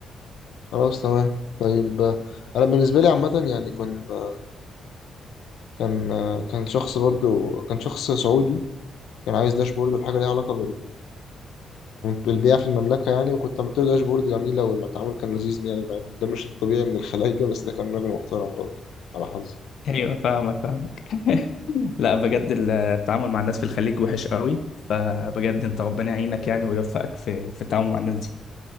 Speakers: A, on the left; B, on the left.
A: خلاص تمام طيب آه، انا بالنسبه لي عامه يعني كان آه، كان آه، كان شخص برضو كان شخص سعودي كان عايز داشبورد وحاجه ليها علاقه بال- بالبيع في المملكه يعني وكنت عملت له داشبورد جميله والتعامل كان لذيذ يعني مع إن ده مش الطبيعي من الخلايجه بس ده كان راجل محترم برضو على حظي
B: ايوه فاهمك فاهمك <laughs> لا بجد التعامل مع الناس في الخليج وحش قوي فبجد انت ربنا يعينك يعني ويوفقك في في التعامل مع الناس دي